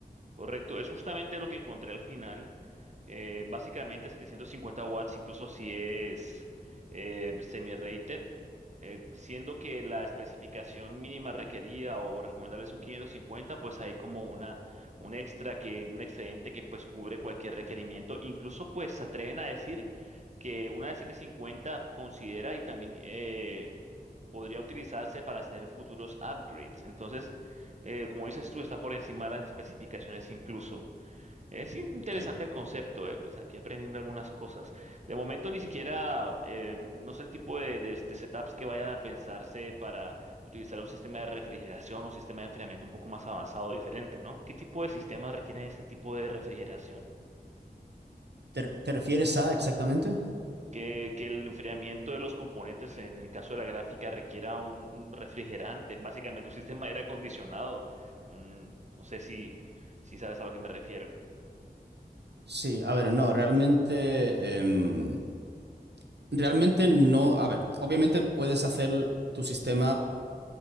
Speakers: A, on the right; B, on the right.
A: Correcto, es justamente lo que encontré al final. Eh, básicamente 750 watts, incluso si es eh, semi-rated, eh, siendo que la especificación mínima requerida o recomendable son 550, pues hay como una, un extra que, un excedente que pues cubre cualquier requerimiento. Incluso pues se atreven a decir que una de 750 considera y también eh, podría utilizarse para hacer futuros upgrades. Entonces, eh, como dices tú, está por encima de las especificaciones incluso. Es interesante
B: Sí.
A: el concepto, ¿eh? Pues aquí aprendiendo algunas cosas. De momento ni siquiera, eh, no sé el tipo de, de- de setups que vayan a pensarse para utilizar un sistema de refrigeración o un sistema de enfriamiento un poco más avanzado, diferente, ¿no? ¿Qué tipo de sistemas requieren este tipo de refrigeración?
B: ¿Te, te refieres a exactamente?
A: Que, que el enfriamiento de los componentes, en el caso de la gráfica, requiera un, un refrigerante, básicamente un sistema de aire acondicionado. Un- no sé si, si sabes a lo que me refiero.
B: Sí, a ver, no, realmente, em, realmente no, a ver, obviamente puedes hacer tu sistema,